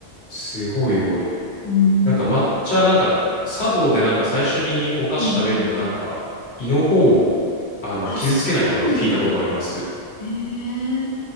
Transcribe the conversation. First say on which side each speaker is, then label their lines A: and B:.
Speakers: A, on the left; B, on the left.
A: すごい多い。
B: うん。
A: なんか抹茶、なんか、茶道でなんか最初にお菓子食べるの、
B: うん。
A: なんか、胃の方を、あの、
B: あ、
A: 傷つけないためって聞いたことあります。
B: そうなんだ。へえ。